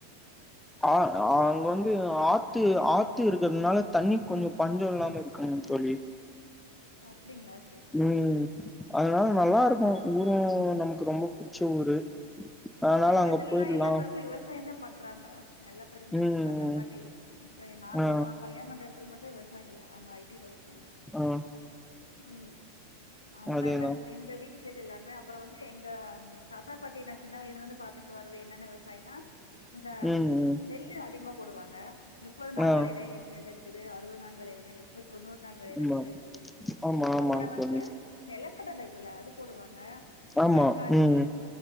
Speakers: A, in the centre; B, on the left.
A: ஆ ஆங்க வந்து ஆத்து ஆத் த்து இருக்கற்னால தண்ணிக் கொஞ்சு பஞ்சோ இல்லாம இருக்கே சொல்லி
B: அப்டிங்களா சர்
A: உம் அதனால் நல்லார்க்கு ஊரு நமக்கு ரொம்ப பிடிச்ச ஊரு அதனால
B: எங்கதுலல்லா
A: அங்க போயிடலா
B: எல்லா பெருமே விவசாயன்தா பண்றாங்க எல்லா பெருமே
A: ம் ம்
B: தாத்தா பாட்டி இப்பய் நாங்கல்லா
A: ஆ
B: கல்யண் மண்டடுத்துல மட்டு்தா விவசாயி இல்ல அவங்க ஐடில ஒர்
A: ஆ
B: உம் அவங்களா
A: அதேதா
B: எல்லாத்து எங்க வீட்டு சேட் எல்லாமே அப்பறோ வந்து எங்கம் தாத்தா பாட்டி நா சின்ன வயதுல இந்து பாத்துட்டு வர்றது என்னான்னா விவசாயனா இந்தம்
A: ம் ம்
B: நெல்லு அதிக்மா போடுவாங்க முப்பது நாள்
A: ஆ
B: வெலைய்ற எல் நெல் இருக் கிது அறுவது நாள் விளையற நெல் இருக்கு தொண்ணூறு நாள் விளையற
A: ஆமா
B: நெல் இருக்குது
A: ஆமா ஆமாங்க
B: அப்பற
A: தோழி
B: வந்து நிலக்கடல இருக்குல்ல அது போடுவாங்க
A: ஆமா
B: தக்காளி
A: ம்